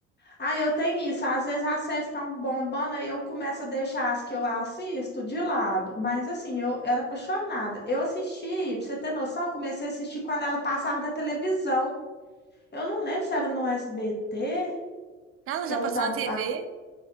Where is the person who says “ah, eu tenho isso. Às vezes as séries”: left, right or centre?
Left